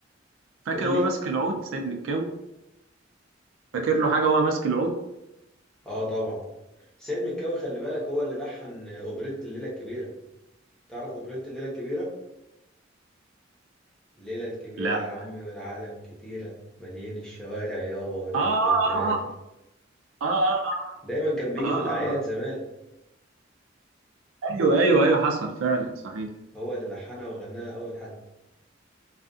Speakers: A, on the right (about 85°); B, in the centre.
A: فاكر
B: قول
A: هو
B: لي
A: ماسك العود سيد مكاوي فاكر له حاجه وهو ماسك العود
B: اه طبعا سيد مكاوي خلي بالك هو اللي لحن اوبريت الليله الكبيره تعرف اوبريت الليله الكبيره الليله الكبيره
A: لا
B: يا عمي والعالم كتيره مليان الشوارع يابا والريف
A: اه
B: والبنادق
A: اه اه اه
B: دايما كان بيجي
A: اه اه
B: في الاعياد
A: اه آه. آه.
B: زمان
A: ايوه ايوه ايوه حصل فعلا صحيح
B: هو اللي لحنها وغناها اول حد